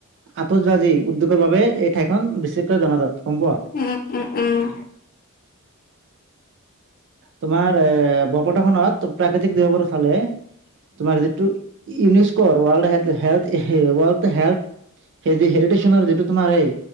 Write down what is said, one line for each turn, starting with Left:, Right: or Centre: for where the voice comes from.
Right: আতচবাজি উদ্যোগৰ বাবে এই ঠাইখন বিশেষ চ'ব জনাজাত গম পোৱা।
Left: উম উম উম
Right: তোমাৰ এ বৰপেটা খনত প্ৰাকৃতিক দিশৰ পৰা চালে তোমাৰ যিটো ইউনিস্কৰ ৱাৰ্ল্ড <unintelligible> হে হেৰিটেচনৰ যিটো তোমাৰ এই